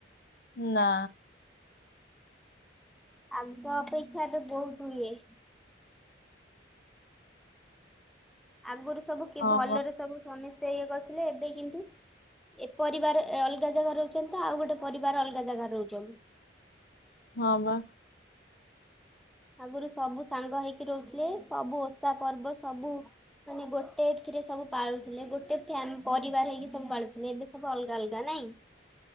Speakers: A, on the left; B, in the centre.
A: ନା
B: ଆଗ ଅପେକ୍ଷା ଏବେ ବହୁତ୍ ଇଏ। ଆଗରୁ ସବୁ କି
A: ହଁ
B: ଭଲରେ
A: ବା
B: ସବୁ ସମସ୍ତେ ଇଏ କରୁଥିଲେ ଏବେ କିନ୍ତୁ ଏ ପରିବାର ଏ ଅଲଗା ଜାଗା ରହୁଛନ୍ତି ତ ଆଉ ଗୋଟେ ପରିବାର ଅଲଗା ଜାଗା ରହୁଛନ୍ତି।
A: ହଁ ବା
B: ଆଗୁରୁ ସବୁ ସାଙ୍ଗ ହେଇକି ରହୁଥିଲେ ସବୁ ଓଷା ପର୍ବ ସବୁ ମାନେ ଗୋଟେ ଏଥିରେ ସବୁ ପାଳୁଥିଲେ ଗୋଟେ ଫ୍ୟାନ ପରିବାର ହେଇକି ସବୁ ପାଳୁଥିଲେ ଏବେ ସବୁ ଅଲଗା ଅଲଗା ନାଇଁ।